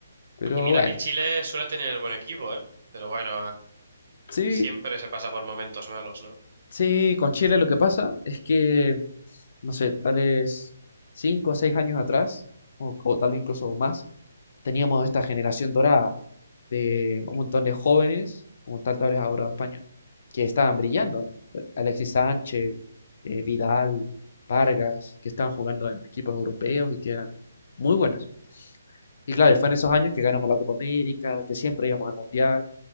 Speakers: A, on the left (about 45°); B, on the right (about 45°).
A: Pero
B: Y mira
A: bueno,
B: que Chile suele tener buen equipo, ¿eh? Pero bueno,
A: sí,
B: Siempre se pasa por momentos malos, ¿no?
A: Sí, con Chile lo que pasa es que, no sé, tales cinco o seis años atrás, o, o tal vez incluso más, teníamos esta generación dorada de un montón de jóvenes, como tal tal vez ahora España, que estaban brillando. Alexis Sánchez, eh, Vidal, Vargas, que estaban jugando en equipos europeos y que eran muy buenos. Y claro, y fue en esos años que ganamos la Copa América, que siempre íbamos al Mundial.